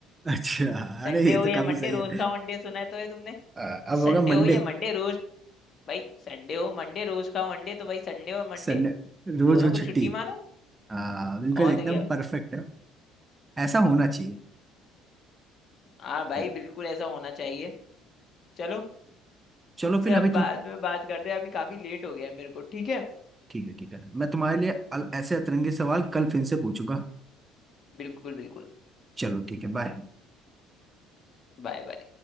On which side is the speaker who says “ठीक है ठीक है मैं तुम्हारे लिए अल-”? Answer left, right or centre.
Right